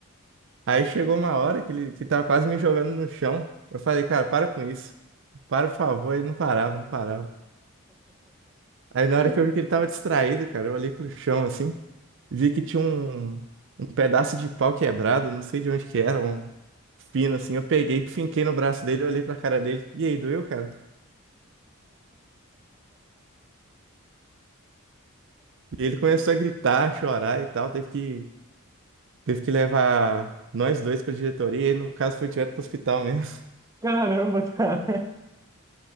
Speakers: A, on the right (about 60°); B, on the right (about 15°).
A: Aí chegou uma hora que ele que tava quase me jogando no chão. Eu falei, cara, para com isso. Para, por favor. Ele não parava, não parava. Aí na hora
B: <laughs>
A: que eu vi que ele tava distraído, cara, eu olhei pro chão assim, vi que tinha um um pedaço de pau quebrado, não sei de onde que era, um fino assim. Eu peguei, finquei no braço dele, olhei pra cara dele. E aí, doeu, cara? E ele começou a gritar, a chorar e tal. Teve que, teve que levar nós dois pra diretoria. E ele, no caso, foi direto pro hospital mesmo. <laughs>
B: Caramba, cara.